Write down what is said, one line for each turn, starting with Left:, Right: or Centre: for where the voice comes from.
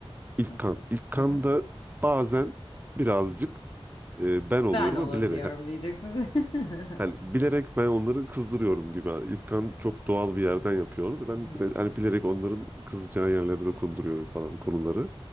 Right: İlkan.
Left: mı?
Right: İlkan
Left: Aha.
Right: da bazen birazcık e, ben
Left: Ben
Right: oluyorum
Left: olabiliyorum
Right: ama bilerek. Ha,
Left: diyeceksin. <laughs>
Right: Hani bilerek ben onları kızdırıyorum gibi. Yani İlkan çok doğal bir yerden yapıyor onu da ben
Left: Evet.
Right: bile- hani bilerek onların kızacağı yerlere dokunduruyorum falan konuları.